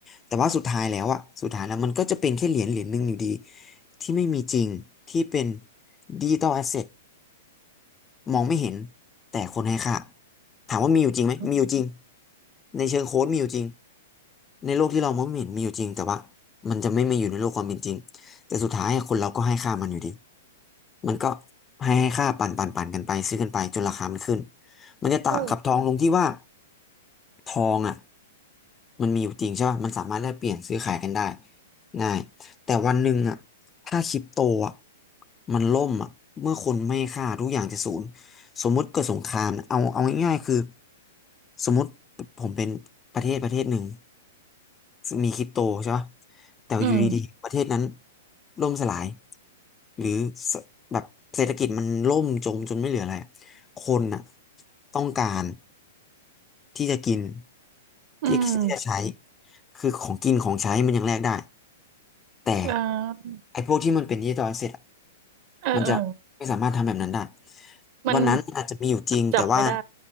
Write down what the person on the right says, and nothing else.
เ
ออ
อืม
อืม
เออ
เออเออ
มัน
จับไม่ได้